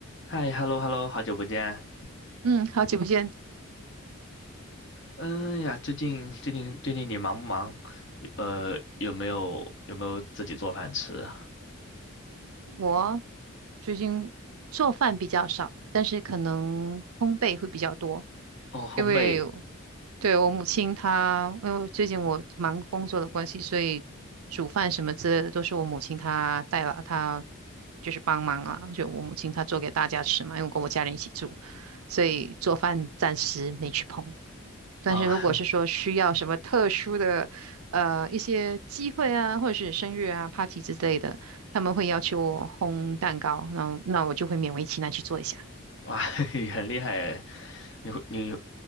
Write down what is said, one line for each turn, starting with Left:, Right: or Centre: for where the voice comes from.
Left: 嗨，hello hello，好久不见。
Right: 嗯，好久不见。
Left: 嗯呀，最近最近最近你忙不忙？呃，有没有有没有自己做饭吃？
Right: 我最近做饭比较少，但是可能烘焙会比较多，
Left: 哦，烘焙
Right: 因为对我母亲她，因为最近我忙工作的关系，所以煮饭什么之类的都是我母亲她带了，她就是帮忙啊，就我母亲她做给大家吃嘛，因为我跟我家人一起住，所以做饭暂时没去碰。但是如果是说需要什么特殊的，
Left: 啊，<laughs>
Right: 呃，一些机会啊，或者是生日啊、party 之类的，他们会要求我烘蛋糕，那那我就会勉为其难去做一下。
Left: 哇，<laughs> 很厉害。你会你